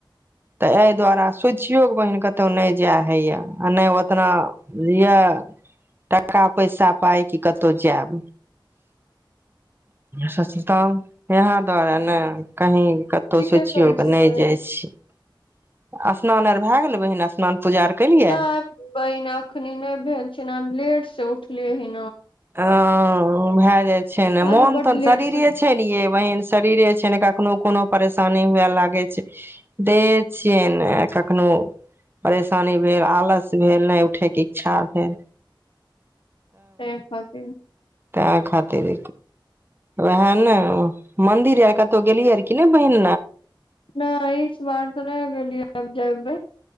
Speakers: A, on the right; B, on the left.
A: तऽ एहि दुआरे सोचियौ के बहिन कतौ नहि जाय हइ यै आ नहि ओतना यै टाका पैसा पाइ कि कतहु जायब सोचतहु इहै दुआरे ने कहीँ कतहु
B: ठीके
A: सोचियौ
B: कहै
A: कऽ
B: छी
A: नहि
B: बहिन
A: जाइ छियै स्नान आर भए गेलै बहिन स्नान पूजा आर केलियै
B: नहि बहिन एखनी नहि भेल छै ने लेट से उठलियै हीं
A: ओ ओ भए जाइ छै ने
B: आज
A: मोन
B: बड
A: तहन
B: लेट
A: शरीरे
B: से उठते
A: छै ने यै बहिन शरीरे छै ने कखनो कोनो परेशानी हुए लागै छै देहे छियै ने कखनो परेशानी भेल आलस भेल नहि उठयके इच्छा भेल
B: तऽ एहि खातिर
A: तै खातिर उएह ने मन्दिर आर कतहु गेलियै आर की ने बहिन
B: नहि इस बार तऽ नहि गेललियै अब जायबै